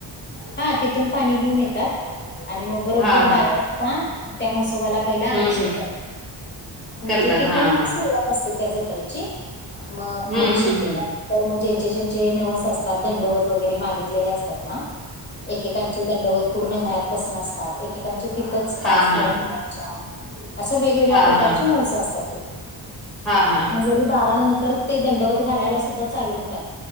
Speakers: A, on the left; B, in the centre.
A: हा तिथून पाणी घेऊन येतात. आणि मग बरोबर
B: हा
A: बारा
B: हा
A: ता त्या म्हसुबाला पहिला
B: हम्म
A: अभिषेक
B: हम्म
A: कर म्हणजे
B: करतात.
A: तिथून
B: हां, हां.
A: सुरुवात असते त्या जत्रेची. मग
B: हं,
A: अभिषेक
B: हं,
A: केला
B: हं.
A: तर मग ज्यांचे ज्यांचे नवस असतात. दंडवत वगैरे मागितलेले असतात ना. एकेकांचे दंडवत पूर्ण घरात पसन असतात. एकेकांचे तिथंच पाच
B: हां, हां.
A: फेऱ्या मार च्या. अस वेगवेगळ्या
B: हां,
A: प्रकारचे
B: हां. हां,
A: नवस
B: हां, हां.
A: असतात ते.
B: हां, हां,
A: मग
B: हां.
A: जरी बारा नं तर ते दंडवत घालायला सुद्धा चालू होतात.